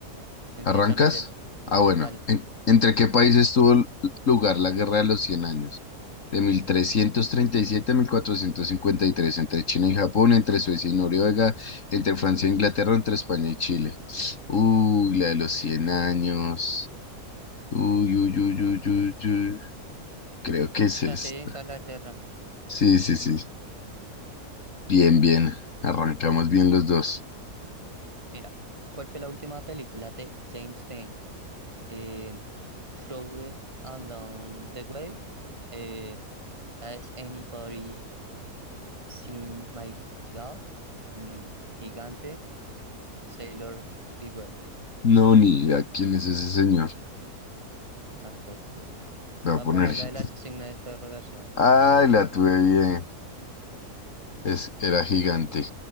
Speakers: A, on the right (about 20°); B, on the left (about 55°).
A: empieza
B: ¿Arrancas?
A: leyendo.
B: Ah, bueno.
A: Dale.
B: ¿En- ¿Entre qué países tuvo l- lugar la Guerra de los Cien años? De 1337 a mil cuatrocientos cincuenta y tres entre China y Japón, entre Suecia y Noruega, entre Francia e Inglaterra, entre España y Chile. Uy, la de los 100 años. Uy, uy, uy,
A: Francia
B: uy, uy, uy. Creo que es
A: Francia
B: esta.
A: y Inglaterra.
B: Sí, sí, sí. Bien,
A: Dale.
B: bien. Arrancamos bien los dos.
A: Mira, ¿cuál fue la última película de James Dean? Eh, Trouble Along the Way. Eh, Has anybody seen my gal? Mm, Gigante. Sailor Beware.
B: No, ni idea quién es ese señor.
A: Tampoco.
B: Voy a
A: Va
B: poner.
A: a ponerla
B: gi-
A: el al signo de interrogación.
B: Ay,
A: Ah, giga-
B: la tuve bien. Es, era gigante.